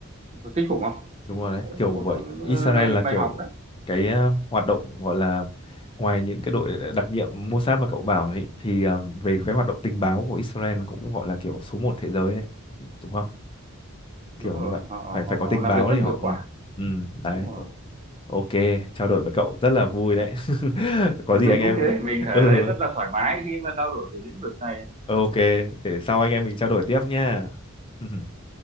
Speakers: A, on the right; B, on the left.
A: Có kinh khủng không
B: Đúng rồi đấy,
A: đấy
B: kiểu
A: là một
B: gọi
A: trong những
B: Israel
A: ờ, bài
B: là
A: bài
B: kiểu
A: học đấy
B: cái ờ, hoạt động gọi là ngoài những cái đội đặc nhiệm Mossad mà cậu bảo ấy thì ờ, về cái hoạt động tình báo của Israel cũng gọi là kiểu số một thế giới đấy, Ừ, đúng không? Kiểu
A: đúng rồi
B: như vậy,
A: họ
B: phải phải
A: họ
B: có tình
A: làm
B: báo
A: việc rất
B: thì họ
A: hiệu
B: ừ,
A: quả
B: ừ, đấy.
A: đúng rồi
B: O- Ok, trao đổi với cậu rất là vui đấy. <laughs> Có
A: Ờ,
B: gì
A: mình
B: anh em.
A: cũng thế mình thấy
B: Ừ,
A: rất là thoải mái khi mà trao đổi về lĩnh vực này
B: ừ, ok, để sau anh em mình trao đổi tiếp nha. <laughs>